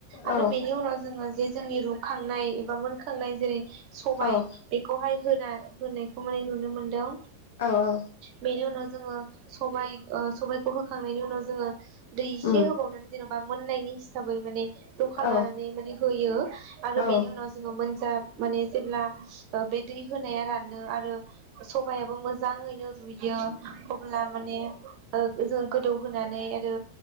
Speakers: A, on the right; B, on the left.
A: आरो
B: औ
A: बेनि उनाव जोङो जे जोंनि रुखांनाय एबा मोनखांनाय जेरै सबाय
B: औ
A: बेखौहाय होना होनायखौ माने नुनो मोनदों
B: औ
A: बेनि उनाव जोङो सबाय ओ सबायखौ होखांनायनि उनाव जोङो दै एसे
B: उम
A: होबावनानै जेन'बा मोननायनि हिसाबै माने जखा
B: औ
A: लानानै माने होयो आरो
B: औ औ
A: बेनि उनाव जोङो मोनजा माने जेब्ला ओ बे दै होनाया रानो आरो सबायाबो मोजाङैनो रुयो। अब्ला माने ओग ओ जों गोदौ होनानै एरो।